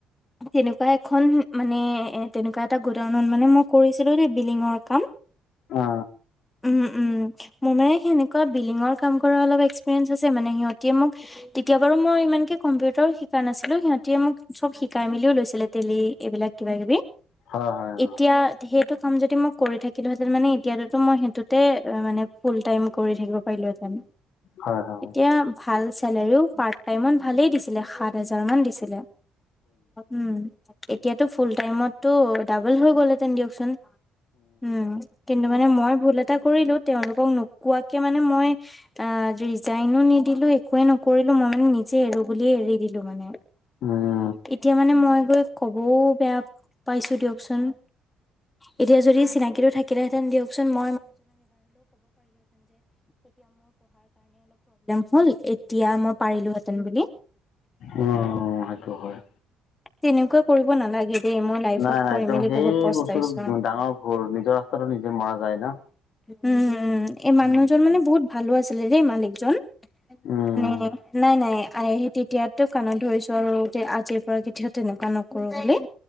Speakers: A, on the left; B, on the left.
A: তেনেকুৱা এখন মানে এ তেনেকুৱা এটা গুডাউনত মানে মই কৰিছিলো দেই বিলডিঙৰ কাম
B: অ
A: উম উম মোৰ মানে সেনেকুৱা বিল্ডিঙৰ কাম কৰা অলপ এক্সপেৰিয়েন্স আছে মানে সিহঁতে মোক তেতিয়া বাৰু মই ইমানকে কম্পিউটাৰ শিকা নাছিলো সিহঁতি মোক চব শিকাই মেলিও লৈছিলে তেলী এইবিলাক কিবা কিবি
B: হয় হয় অ
A: এতিয়া সেইটো কাম যদি মই কৰি থাকিলোহেঁতেন মানে এতিয়াতো মই সেইটোতে অ মানে ফুল টাইম কৰি থাকিব পাৰিলোহেঁতেন
B: হয় হয়
A: এতিয়া ভাল চেলাৰীও পাৰট টাইমত ভালেই দিছিলে সাত হাজাৰ মান দিছিলে উম এতিয়াতো ফুল টাইমতটো ডাবল হৈ গ'লহেতেন দিয়কচোন উম কিনো মানে মই ভুল এটা কৰিলো তেওঁলোকক নোকোৱাকে মানে মই অ ৰিজাইনো নি দিলো একোৱে নকৰিলো মই মানে নিজে এৰো বুলিয়ে এৰি দিলো মানে
B: উম
A: এতিয়া মানে মই গৈ ক'বও বেয়া পাইছো দিয়কচোন এতিয়া যদি চিনাকিটো থাকে ম <unintelligible> হ'ল এতিয়া মই পাৰিলো হেতেন বুলি
B: অ সেইটো হয়
A: তেনেকুৱা কৰিব নালাগে দেই মই লাইফত
B: নাই নাই
A: কৰি
B: একদম
A: মেলি
B: সেই
A: বহুত পস্তাইছো।
B: বস্তুটো ডাঙৰ ভুল নিজৰ ৰাস্তাতো নিজে মৰা যায় ন
A: উম উম এই মানুহজন
B: উম
A: মানে বহুত ভালো আছিলে দেই মালিকজন
B: উম
A: মানে নাই নাই আহ তেতিয়াতো কাণত ধৰিছো আৰু আজিৰ পৰা তেনেকুৱা নকৰো বুলি